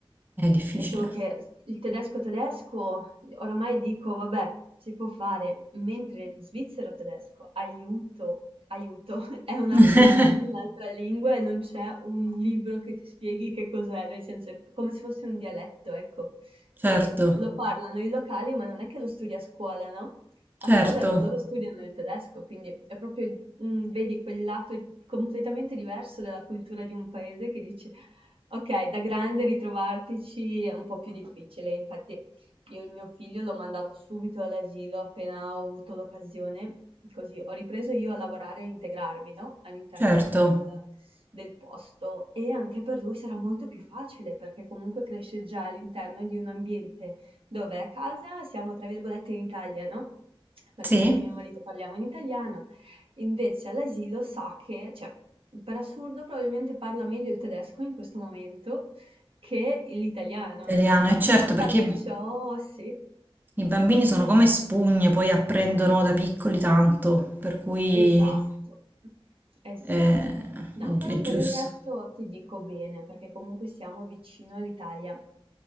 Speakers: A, on the right (about 20°); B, on the right (about 70°).
A: è difficile.
B: È solo che s- il tedesco tedesco, oramai dico, vabbè, si può fare, mentre il svizzero tedesco, aiuto, aiuto, è un altro
A: <laughs>
B: mondo, un'altra lingua e non c'è un libro che ti spieghi che cos'è, nel senso è come se fosse un dialetto, ecco. Quindi
A: Certo,
B: lo parlano i locali, ma non è che lo studi a scuola, no? A
A: certo,
B: scuola ro- loro studiano il tedesco, quindi è proprio, mm, vedi quel lato completamente diverso della cultura di un paese che dici, ok, da grande ritrovartici è un po' più difficile, infatti io il mio figlio l'ho mandato subito all'asilo appena ho avuto l'occasione, così ho ripreso io a lavorare e integrarmi, no? All'interno
A: certo,
B: del, del posto e anche per lui sarà molto più facile perché comunque cresce già all'interno di un ambiente dove a casa siamo tra virgolette in Italia, no? Perché
A: sì,
B: io e mio marito parliamo in italiano, invece all'asilo sa che, cioè, per assurdo probabilmente parla meglio il tedesco in questo momento che l'italiano
A: italiano, è certo
B: Nonostante
A: perché i
B: ciò, sì.
A: i bambini sono
B: Sì,
A: come
B: sì,
A: spugne,
B: sì.
A: poi apprendono da piccoli tanto, per cui
B: Esatto. Eh sì.
A: eh,
B: No,
A: è, gi-
B: però
A: è giusto.
B: per il resto ti dico bene, perché comunque siamo vicino all'Italia.